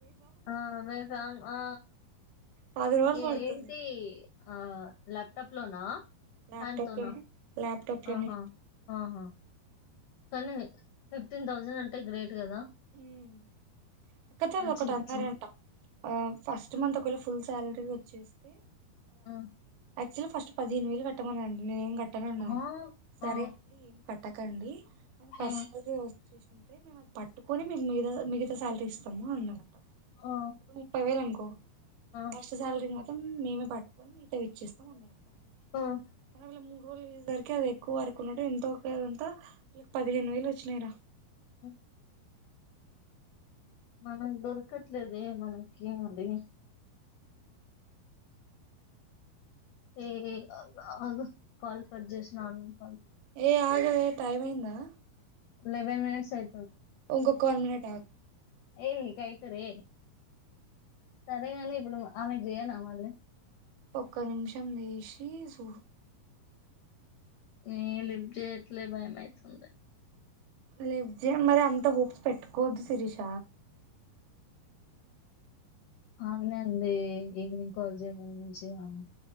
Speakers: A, on the left; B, on the right.
A: ఆ మే ఫమ్ ఆ
B: పది రోజులు
A: ఏంటి
B: పడుతది
A: ఆ ల్యాప్టాప్ లోనా
B: ల్యాప్టాప్
A: అతు
B: లోనే
A: నా
B: ల్యాప్టాప్ లోనే
A: ఆహా ఆహా కన్నా ఫిటీన్ తౌసండ్ అంటే గ్రేట్ కదా
B: ఆమ్ అక్క చాల
A: మంచి
B: <unintelligible> ఒకటి
A: ఇచ్చి
B: అన్నారంట ఆ ఫస్ట్ మంత్ ఒకవేళ ఫుల్ శాలరీ వచ్చేస్తే
A: ఆమ్
B: ఆక్చవల్ ఫస్ట్ పదిహేను వేలు కట్టమానరంటనే పట్టనే ఉన్నాండి
A: ఆ!
B: <unintelligible> సరే
A: ఆ!
B: అండి కట్టకండి మ ఫస్ట్
A: ఆ!
B: స వచ్చేసింటే మేముది పట్టుకని మీకు మిగతా శాలరీ ఇస్తంది ఇప్పు
A: ఆ!
B: ముప్పై వేలు అనుకో
A: ఆ!
B: ఫస్ట్ శాలరీ మాత్రం మేమే పట్టుకొని మిగతావి ఇచ్చేస్తాం అన్నారంట
A: ఆ!
B: కానీ వీళ్ళ మూడు రోజులు <unintelligible> వేసేసరికి అది ఎక్కువ వరకున్నట్టు ఎంతోంతా పదిహేను వేలు వచ్చినాయిరా
A: ఓ మనకి దొరకట్లేదే మనకి అది ఏ హే ఆగు కాల్ చేసినావు ఆగు
B: ఏ ఆగవే టైమ్ అయిందా
A: లెవెన్ మినిట్స్ అయి
B: ఉంకో వన్ మినట్ ఆగు
A: హేయ్ కైకోరే సరేగాని ఇప్పుడు ఆమెకి చెయ్యనా మల్లీ
B: ఒక్క నిమిషం చేసి చూడు
A: ఏ లిఫ్ చేయట్లేదే భయం అయితుందే
B: లిఫ్ట్ చేయి మరి అంత హోప్స్ పెట్టుకోవద్దు శిరీష
A: అమెనే అంది ఈవినింగ్ కాల్ చెయ్యి మంచిగా అని